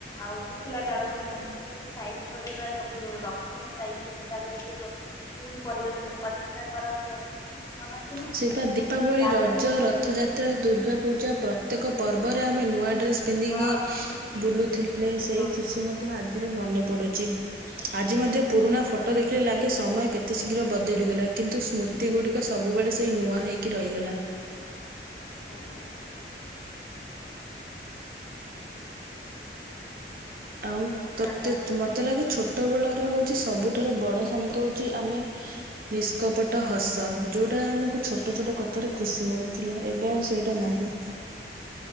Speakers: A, on the left; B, on the right.
A: ଆଉ ଶୁଖିଲା ଡାଳକୁ ଭାଙ୍ଗିକି କି ସାଇଜ୍‌ କରିବା ସବୁ ରଖିବା ସାଇ ସୁୁତୁରା କରିକି ସ୍କୁଲ ପରିବେଶ ସଫାସତୁରା କରନ୍ତି ଆମେ। ମନେ ଅଛି ନା
B: ସେ ପା ଦୀପାବଳି
A: ତାପରେ
B: ରଜ ର ରଥଯାତ୍ରା ଦୁର୍ଗାପୂଜା ପ୍ରତ୍ୟେକ ପର୍ବରେ ଆମେ ନୂଆ ଡ୍ରେସ୍ ପିନ୍ଧିକି
A: ଅ ଛୁଟି
B: ବୁଲୁଥିଲେ ସେଇ
A: ହଁ
B: ଖୁସି ମଧ୍ୟ ଆଜି ବି ମନେ ପଡୁଛି।
A: ଆଜ୍ଞା
B: ଆଜି ମଧ୍ୟ ପୁରୁଣା
A: ଆଜ୍ଞା
B: ଫ ଫଟୋ ଦେଖିଲେ ଲାଗେ ସମୟ କେତେ ଶୀଘ୍ର ବଦଳିଗଲା। କିନ୍ତୁ ସ୍ମୃତି ଗୁଡ଼ିକ ସବୁବେଳେ କି ନୂଆ ହେଇ କି ରହିଗଲା।
A: ଆଜ୍ଞା ଆଜ୍ଞା।
B: ଆଉ
A: ହଉ
B: ତତେ
A: ସାଙ୍ଗ ରଖୁଛି
B: ମତେ ଲାଗେ ଛୋ ଛୋଟ ବେଳର ହୋଉଚି ସବୁଠାରୁ ବଡ଼ ଶବ୍ଦ ହୋଉଛି ଆମେ ନିଷ୍କପଟ ହସ ଯୋଉଟା ଆମକୁ ଛୋଟ ଛୋଟ କଥାରେ ଖୁସି ମିଳୁଥିଲା। ଏବେ ଆଉ ସେ ସେଇଟା ନାହିଁ।